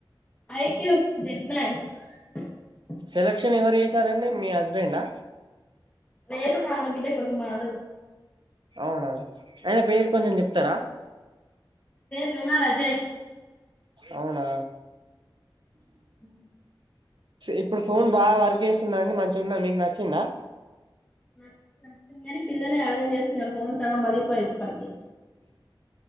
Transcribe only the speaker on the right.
సెలక్షన్ ఎవరు చేసారండి మీ హస్బెండా.
అవునా. అయిన పేర్ కొంచెం చెప్తరా.
అవునా.
ఇప్పుడు ఫోన్ బాగా వర్క్ చేస్తుందాండి, మంచిగుందా మీకు నచ్చిందా.